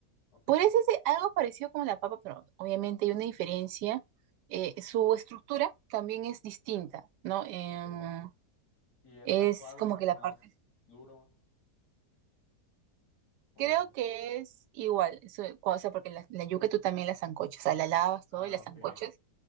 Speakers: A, on the left; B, on the right.
A: Ok,
B: Podría decirse algo parecido como la papa, pero obviamente hay una diferencia. Eh,
A: sí,
B: su
A: claro.
B: estructura también es distinta, ¿no? Em,
A: Ok. ¿Y es
B: es
A: más suave,
B: como que
A: más
B: la parte,
A: duro? O...
B: creo que es igual, eso, cua- o sea, porque la, la yuca tú también la sancochas, o sea, la lavas todo
A: Ah,
B: y la sancochas.
A: ok.